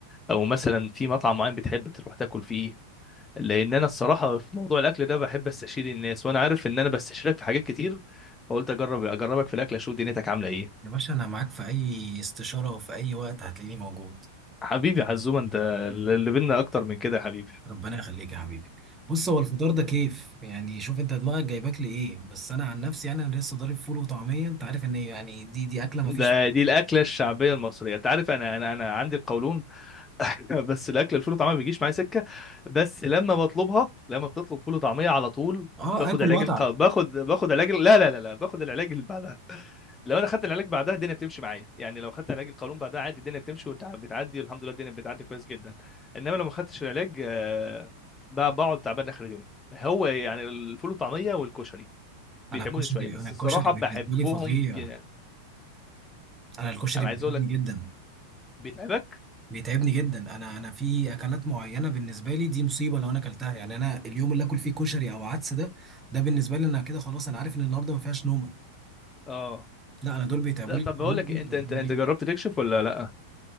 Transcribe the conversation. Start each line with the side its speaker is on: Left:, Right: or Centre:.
Left: او مثلا في مطعم معين بتحب تروح تاكل فيه لان انا الصراحه في موضوع الاكل ده بحب استشير الناس وانا عارف ان انا بستشيرك في حاجات كتير فقلت اجرب اجربك في الاكل اشوف دنيتك عامله ايه
Right: يا باشا انا معاك في اي استشاره وفي اي وقت هتلاقيني موجود
Left: حبيبي يا حزومه انت اللي بينا اكتر من كده يا حبيبي
Right: ربنا يخليك يا حبيبي بص هو الفطار ده كيف يعني شوف انت دماغك جايباك لايه بس انا عن نفسي يعني انا لسه ضارب فول وطعميه انت عارف ان يعني دي دي اكله ما فيش
Left: ده دي الاكله الشعبيه المصريه انت عارف انا انا انا عندي القولون <laughs> بس الاكل الفول وطعميه ما بيجيش معايا سكه بس لما بطلبها لما بتطلب فول وطعميه على طول
Right: اه
Left: باخد
Right: اكل
Left: علاج
Right: واتعب
Left: الق... باخد باخد علاج ال- لا لا لا لا باخد العلاج اللي بعدها لو انا خدت العلاج بعدها الدنيا بتمشي معايا يعني لو خدت علاج القولون بعدها عادي الدنيا بتمشي وبتعدي والحمد لله الدنيا بتعدي كويس جدا انما لو ما خدتش العلاج آه، ب- بقعد تعبان اخر اليوم هو يعني الفول والطعميه والكشري بيتعبوني
Right: انا الكشري
Left: شويه بس
Right: انا الكشري
Left: الصراحه
Right: بالنسبه
Left: بحبهم
Right: لي فظيع
Left: جدا
Right: انا الكشري
Left: انا
Right: بيعجبني
Left: عايز اقول لك
Right: جدا
Left: بيتعبك
Right: بيتعبني جدا انا انا في اكلات معينه بالنسبه لي دي مصيبه لو انا اكلتها يعني انا اليوم اللي اكل فيه كشري او عدس ده ده بالنسبه لي انا كده خلاص انا عارف ان النهارده ما فيهاش نومه
Left: اه
Right: لا انا دول بيتعبوا
Left: لا
Right: لي
Left: طب
Right: القولون
Left: بقول لك
Right: جدا
Left: إيه، انت انت انت
Right: بي-
Left: جربت تكشف ولا لا